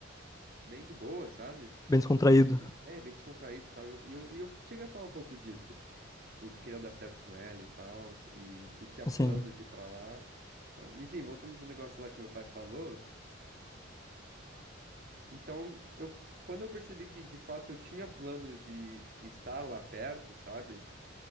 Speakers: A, on the right (about 50°); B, on the left (about 15°).
A: bem de boa, sabe?
B: Bem descontraído.
A: É, bem descontraído e tal. E eu, e eu, e eu cheguei a falar um pouco disso. Tipo, que eu queria dar certo com ela e tal. E que eu tinha planos
B: Assim,
A: de ir pra lá. Então, enfim, voltando pro negócio lá que meu pai falou. Então, eu, quando eu percebi que de fato eu tinha planos de estar lá perto, sabe?